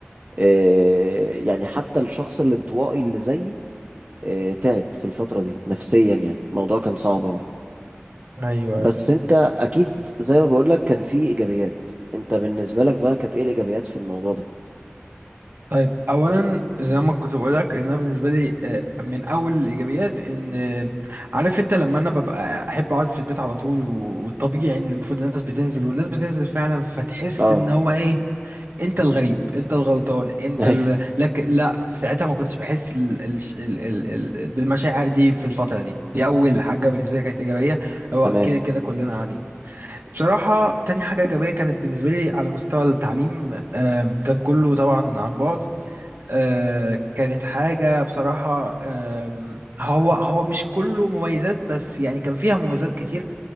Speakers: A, on the right; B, on the right.
A: آه، يعني حتى الشخص الانطوائي اللي زيي آه، تعب في الفترة دي نفسيا يعني الموضوع كان صعب برضه
B: ايوه
A: بس
B: ايوه
A: انت اكيد زي ما بقولك كان في ايجابيات انت بالنسبة لك بقى كانت ايه الايجابيات في الموضوع ده
B: طيب اولا زي ما كنت بقولك ان انا بالنسبه لي آه، من اول الايجابيات ان آه، عارف انت لما انا ببقى احب اقعد في البيت على طول و- والطبيعي ان المفروض الناس بتنزل والناس بتنزل فعلا فتحس
A: اه
B: ان هو ايه انت الغريب انت الغلطان انت
A: <laughs> ايوه
B: ال... لك لا في ساعتها ما كنتش بحس ال... ال... ال... ال... ال... بالمشاعر دي في الفتره دي دي اول حاجه بالنسبه لي كانت ايجابيه هو
A: تمام
B: كده كده كلنا عادي بصراحه تاني حاجه ايجابيه كانت بالنسبه لي على مستوى التعليم آم، كان كله طبعا عن بعد آه، كانت حاجة بصراحة آم، هو هو مش كله مميزات بس يعني كان فيها مميزات كتير